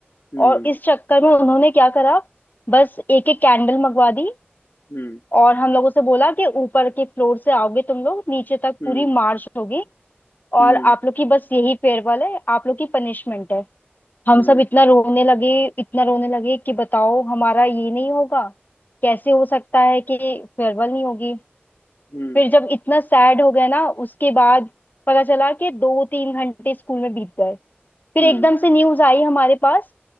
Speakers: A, on the left; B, on the left.
A: हम्म
B: और इस चक्कर में उन्होंने क्या करा बस एक एक कैंडल मंगवा दी
A: हम्म
B: और हम लोगों से बोला कि ऊपर के फ्लोर से आओगे तुम लोग नीचे तक
A: हम्म
B: पूरी मार्च होगी और
A: हम्म
B: आप लोग की बस यही फेयरवेल है आप लोग की पनिशमेंट है हम
A: हम्म
B: सब इतना रोने लगे इतना रोने लगे कि बताओ हमारा ये नहीं होगा कैसे हो सकता है कि फेयरवेल नहीं होगी
A: हम्म
B: फिर जब इतना सैड हो गया ना उसके बाद पता चला कि दो तीन घंटे स्कूल में बीत गए फिर
A: हम्म
B: एकदम से न्यूज आई हमारे पास